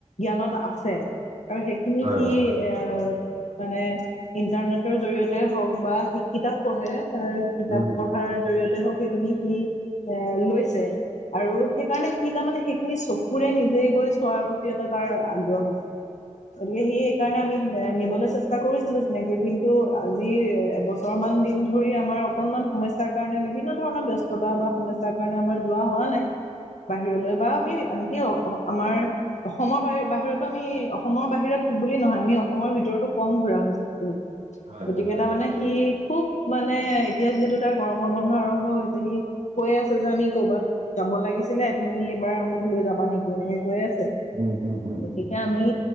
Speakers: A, on the left; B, on the right.
A: জ্ঞানত আছে। আৰু সেইখিনি
B: হয়
A: সি
B: হয়
A: এ, মানে ইণ্টাৰনেটৰ জৰি়য়তে হওক বা সেই কিতাপ পঢ়ে তাৰ কিতাপ
B: উম
A: পঢ়াৰ জৰিয়তে হওক সেইখিনি সি এ লৈছে। আৰু সেইকাৰণে সি তাৰ মানে সেইখিনি চকুৰে নিজেই গৈ চোৱাৰ প্ৰতি এটা তাৰ আগ্ৰহ আছে। গতিকে সি সেইকাৰণে আমি নিবলৈ চেষ্টা কৰিছিলো, এনেকে কিন্তু আজি এবছৰ মান দিন ধৰি আমাৰ অকনমান সমস্যাৰ কাৰণে বিভিন্ন ধৰণৰ ব্স্ত <inaudible> বা সমস্যাৰ কাৰণে আমাৰ যোৱা হোৱা নাই বাহিৰলৈ বা আমি আনকি আমাৰ অসমৰ বাহ বাহিৰতো আমি অসমৰ বাহিৰত বুলি নহয় আমি অসমৰ ভিতৰতো কম ঘুৰা হৈছে। উ
B: হয়
A: গতিকেই
B: হয় হয়
A: তাৰ মানে সি খুব মানে এতিয়া যিহেতু তাৰ গৰমৰ বন্ধ আৰম্ভ হৈছে সি কৈ আছ যে আমি কৰ'ৰবাত যাব লাগিছিলে তুমি এইবাৰ মোক লৈ যাবা নেকি এনেকে কৈ আছে।
B: উম হুম হুম
A: গতিকে
B: হুম
A: আমি